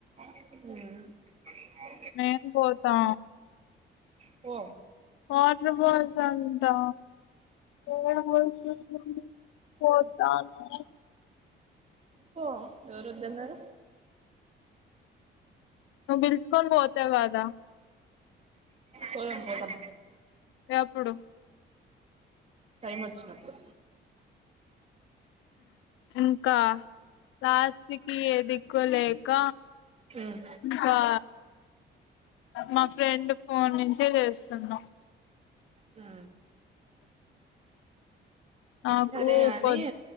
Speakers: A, on the right (about 35°); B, on the left (about 85°).
A: ఉ
B: నేను పోతా
A: పో
B: వాటర్ ఫాల్స్ అంటా ఏడ <unintelligible> పోతాను
A: పో ఎవరు వద్దన్నారు
B: నువ్వు పిలుచుకొని పోతా కదా
A: పోదం పోదం
B: ఏప్పుడు
A: టైం వచ్చినప్పుడు
B: ఇంకా లాస్ట్ కి ఏది లేక
A: మ్మ్
B: బా మా ఫ్రెండ్ ఫోన్ నుంచి చేస్తున్నాం
A: ఆ
B: ఆకూ
A: సరే గాని
B: పొద్